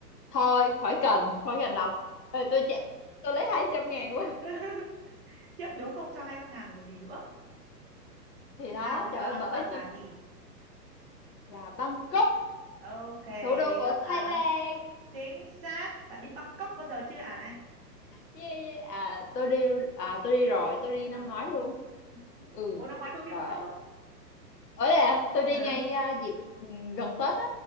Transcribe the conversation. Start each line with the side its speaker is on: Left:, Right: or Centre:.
Left: thôi khỏi cần, khỏi cần đọc. Ê, tôi chạy, tôi lấy hai trăm ngàn luôn.
Right: <laughs> khiếp biếu không cho hai trăm ngàn rồi còn gì nữa
Left: Thì đó,
Right: nào bây
Left: trời
Right: giờ đáp
Left: ơi
Right: án
Left: bởi
Right: của bạn là
Left: chi
Right: gì
Left: là Bangkok,
Right: ok
Left: thủ đô của
Right: đáp án
Left: Thái Lan.
Right: chính xác bạn đi Bangkok bao giờ chưa ạ
Left: Yeah, yeah. À tôi đi à tôi đi rồi, tôi đi năm
Right: à
Left: ngoái luôn.
Right: ừ.
Left: Ừ.
Right: ồ năm ngoái tôi cũng đi
Left: Rồi.
Right: Bangkok đó
Left: ở là tôi đi
Right: Ờ.
Left: ngay à, dịp ừ, gần Tết á